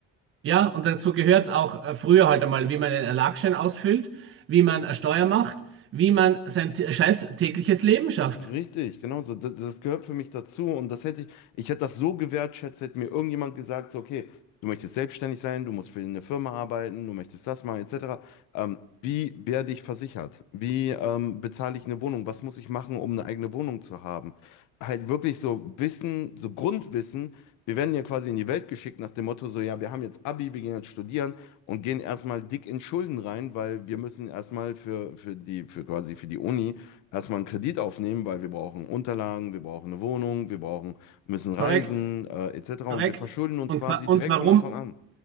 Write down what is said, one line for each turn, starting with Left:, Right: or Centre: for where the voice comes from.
Right: Ja, und dazu gehört es auch äh, früher halt einmal, wie man einen Erlagschein ausfüllt, wie man eine Steuer macht, wie man sein t- scheiß tägliches Leben schafft.
Left: Richtig, genau so. Das, das gehört für mich dazu und das hätte ich, ich hätte das so gewertschätzt, hätte mir irgendjemand gesagt, so, okay, du möchtest selbstständig sein, du musst für eine Firma arbeiten, du möchtest das machen, etc. Ähm, wie werde ich versichert? Wie ähm, bezahle ich eine Wohnung? Was muss ich machen, um eine eigene Wohnung zu haben? Halt wirklich so Wissen, so Grundwissen. Wir werden ja quasi in die Welt geschickt nach dem Motto, so, ja, wir haben jetzt Abi, wir gehen jetzt studieren und gehen erstmal dick in Schulden rein, weil wir müssen erstmal für, für die, für quasi für die Uni erstmal einen Kredit aufnehmen, weil wir brauchen Unterlagen, wir brauchen eine Wohnung, wir brauchen, müssen reisen,
Right: Korrekt,
Left: äh, etc.
Right: korrekt.
Left: Und wir verschulden uns
Right: Und,
Left: quasi
Right: wa- und
Left: direkt
Right: warum,
Left: von Anfang an.